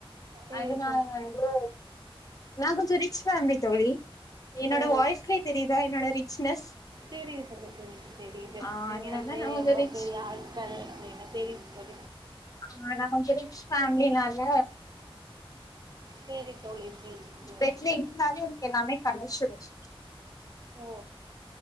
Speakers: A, on the right; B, on the left.
A: சேரி
B: அதனால
A: தோழி
B: வந்து நா கொஞ்ச ரிச் ஃபேமிலி தோழி என்னோட
A: ஓ
B: வாய்ஸ்லயே தெரியுதா என்னோட ரிச்னஸ்
A: தெரியுது தெரியுது
B: ஆ
A: நீங்க
B: அதனால
A: வந்த
B: நா கொஞ்சோ
A: எவ்ளோ
B: ரிச்
A: பெரிய ஆளுக்க இன்ன தெரியுது ப
B: ஆ நா கொஞ்ச ரிச் ஃபேமிலின ல
A: சேரி தோழி சேரி சேரி
B: பெட்ல இருந்தாலும் எனக்கு எல்லாமே கடச்சிரும்
A: ஓ